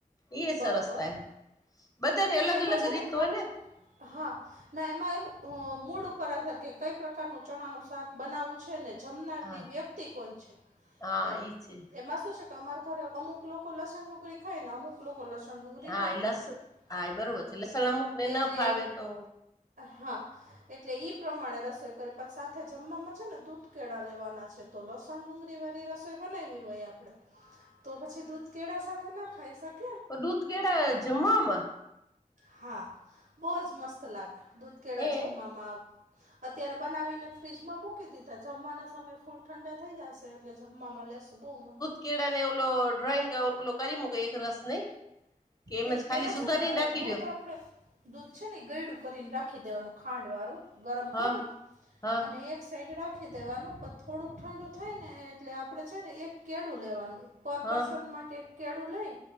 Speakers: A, on the left; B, on the right.
A: એઇ એસરસ
B: બરોબર
A: થાય બધા ને
B: એટલે
A: અલગ
B: એમાં
A: અલગ
B: છે
A: રીત
B: ઘણ
A: હોય ને
B: હા ના એમાં એમ મૂડ ઉપર આધાર કે કઈ પ્રકારનું ચણાનું શાક બનાવવું છે ને જમનારની
A: હા
B: વ્યક્તિ કોણ છે
A: હા
B: એમાં
A: ઈ છે
B: એમાં શું છે અમારા ઘરે અમુક લોકો લસણ ડુંગરી ખાય ને અમુક લોકો લસણ ડુંગળી
A: હા
B: ન
A: એ લસ
B: ખાય
A: હા એ બરોબર છે લસણ અમુક ને ન
B: એટલે
A: ફાવે તો
B: હા એટલે ઈ પ્રમાણે રસોઈ કરી પછ સાથે જમવામાં છે ને દૂધ કેળા લેવાના છે તો લસણ ડુંગળી વાળી રસોઈ બનાવી હોય આપડે તો પછી દૂધ કેળા સાથે ના ખાઈ શકો
A: પણ દૂધ કેળા જમવામા
B: હા બહુજ મસ્ત લાગે દૂધકેળા
A: હે
B: જમવામાં અત્યારે બનાવીને ફ્રીજમાં મૂકી દીધા જમવાના સમયે ફૂલ ઠંડા થઈ જશે. એટલે જમવામાં લ સુ બહમાં. <unintelligible>
A: કેળ ને ઓલો ડ્રોઈંગ ઓલો કરી મૂકે એક રસ નઈ. કે એમજ
B: નહી
A: ખાલી
B: પેલા
A: સુધારી
B: છે ને
A: રાખી
B: દૂધ
A: દયો
B: આપડે. દૂધ છે ને એ ગયડું કરીને રાખી દેવાનું ખાંડ વાળું. ગરમ
A: હા
B: કરી
A: હા
B: અને એક સાઈડ રાખવુ નાખી દેવાનું પણ થોડુંક ઠંડુ થાય ને એટલે આપણે છે ને એક કેળું લેવાનું પર
A: હા
B: પર્સન માટે કેળું લઈ